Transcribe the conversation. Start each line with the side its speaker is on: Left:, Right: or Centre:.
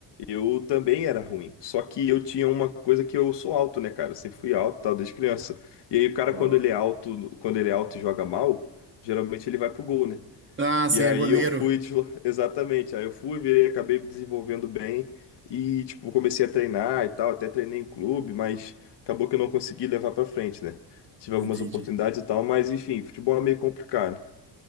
Left: eu também era ruim, só que eu tinha uma coisa que eu sou alto, né, cara? Eu sempre fui alto, tal, desde criança. E aí o cara
Right: Ó,
Left: quando ele é alto, quando ele é alto e joga mal, geralmente ele vai pro gol, né?
Right: Ah, você
Left: E aí
Right: é goleiro.
Left: eu fui deslo- <laughs> exatamente, aí eu fui, virei, acabei me desenvolvendo bem e tipo, comecei a treinar e tal, até treinei em clube, mas acabou que eu não consegui levar pra frente, né? Tive
Right: Entendi.
Left: algumas oportunidades e tal, mas enfim, futebol é meio complicado.